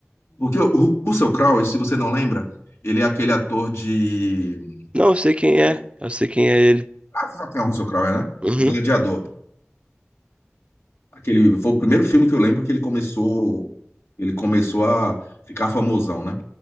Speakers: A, on the left; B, on the right.
A: Porque o Russell Crowe, se você não lembra, ele é aquele ator de.
B: não, eu sei quem
A: Peraí.
B: é. Eu sei quem é ele.
A: Ah, você sabe quem é o Russell Crowe, é, né?
B: Uhum.
A: Gladiador. Aquele... Foi o primeiro filme que eu lembro que ele começou. Ele começou a ficar famosão, né?